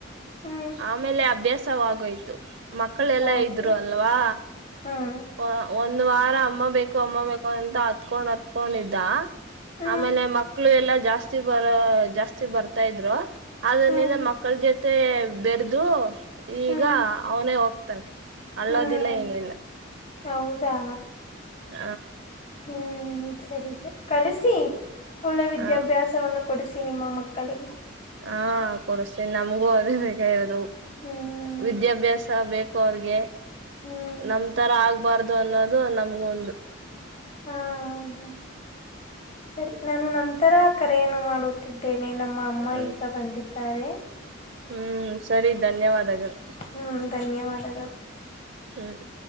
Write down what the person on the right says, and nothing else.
ಆಮೇಲೆ ಅಭ್ಯಾಸವಾಗೋಯ್ತು. ಮಕ್ಕಳ ಎಲ್ಲಾ
ಇದ್ರು ಅಲ್ವಾ
ಪೋ ಒಂದ್ ವಾರ ಅಮ್ಮ ಬೇಕು ಅಮ್ಮ ಬೇಕು ಅಂತ ಅತಕ್ಕೊಂಡ ಅತಕ್ಕೊಂಡ ಇದ್ದ
ಆಮೇಲೆ ಮಕ <unintelligible> ಲ್ಲಾ ಎಲ್ಲಾ ಜಾಸ್ತಿ ಬರ ಜಾಸ್ತಿ ಬರ <unintelligible> ತಾ ಇದ್ರು ಆದ್ರನಿಂದ
ಮಕ್ಕಳ ಜೊತೆ ಬೆರ್ದು ಈಗ
ಅವನೇ ಹೋಗ್ತಾನೆ ಅಳ್ಳೋದಿಲ್ಲ
ಏನಿಲ್ಲ.
ಹ
ಹ
ಹಾ ಕೊಡಸ್ತೀನಿ ನಮಗೂ ಅದೇ ಬೇಕಾಗಿರೋದು
ವಿದ್ಯಾಭ್ಯಾಸ ಬೇಕ <unintelligible> ಕ್ ಅವ್ರಗೆ
ನಮ್ ತರ ಆಗ್ಬಾರ್ದು ಅನ್ನೋದು ನಮಗೊಂದು.
ಹ್ಮ್
ಹ್ಮ್ ಸರಿ ಧನ್ಯವಾದಗಳು
ಹ್ಮ್.